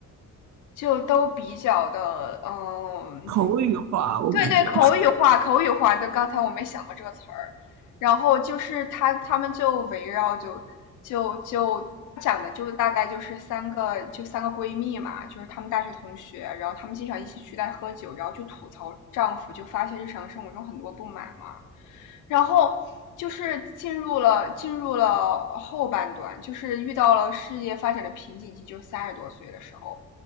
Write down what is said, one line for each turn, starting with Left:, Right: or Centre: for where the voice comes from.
Left: 就都比较的，嗯，
Right: 口语化，我感觉。
Left: 对对，口语化，口语化，就刚才我没想过这个词儿。然后就是他他们就围绕就就就讲的就大概就是三个就三个闺蜜嘛，就是她们大学同学，然后她们经常一起去在喝酒，然后就吐槽丈夫，就发泄日常生活中很多不满嘛。然后就是进入了进入了后半段，就是遇到了事业发展的瓶颈期，就三十多岁的时候，